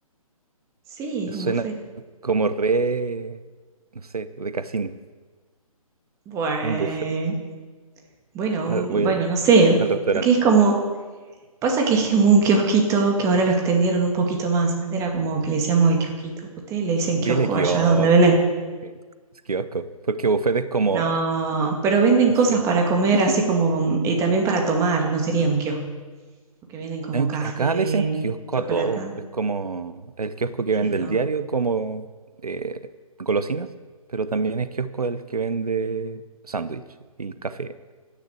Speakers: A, on the right; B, on the right.
A: Sí,
B: suena
A: un buffet.
B: como re... No sé, de casino.
A: Bueno,
B: un buffet.
A: bueno,
B: Al-
A: un-
B: voy
A: bueno,
B: al,
A: no sé,
B: al restaurante.
A: porque es como Pasa que es como un kiosquito que ahora lo extendieron un poquito más. Antes era como que le decíamos el kiosquito. Ustedes le dicen
B: Dile
A: kiosco
B: kiosco.
A: allá donde venden.
B: Sí, Es kiosco. Porque buffet es como...
A: No, pero venden
B: No
A: cosas
B: sé.
A: para comer,
B: <laughs>
A: así como con- y también para tomar, no sería un kiosco, porque venden como
B: En
A: café,
B: qui- Acá le dicen kiosco
A: chocolate.
B: a todo. Es como el kiosco que vende
A: no.
B: el diario, como eh, golosinas, pero también es kiosco el que vende sándwich y café.